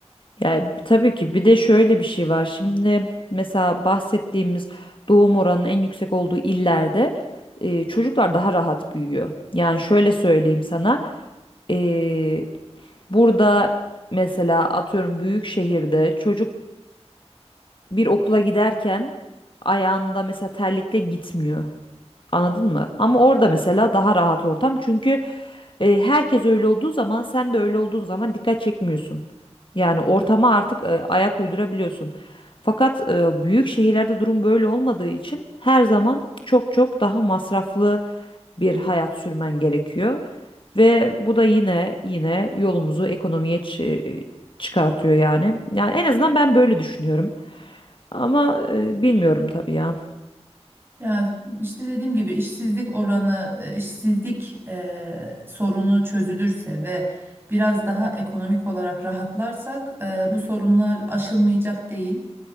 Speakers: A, on the left; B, on the right.
A: Yani tabii ki bir de şöyle bir şey var. Şimdi mesela bahsettiğimiz doğum oranının en yüksek olduğu illerde e, çocuklar daha rahat büyüyor. Yani şöyle söyleyeyim sana. E, Burada mesela atıyorum büyük şehirde çocuk bir okula giderken ayağında mesela terlikle gitmiyor. Anladın mı? Ama orada mesela daha rahat ortam. Çünkü e, herkes öyle olduğu zaman sen de öyle olduğun zaman dikkat çekmiyorsun. Yani ortama artık e, ayak uydurabiliyorsun. Fakat e, büyük şehirlerde durum böyle olmadığı için her zaman çok çok daha masraflı bir hayat sürmen gerekiyor. Ve bu da yine yine yolumuzu ekonomiye çı- çıkartıyor yani. Yani en azından ben böyle düşünüyorum. Ama e, bilmiyorum tabii ya.
B: Ya işte dediğim gibi işsizlik oranı, e, işsizlik e, sorunu çözülürse ve biraz daha ekonomik olarak rahatlarsak e, bu sorunlar aşılmayacak değil.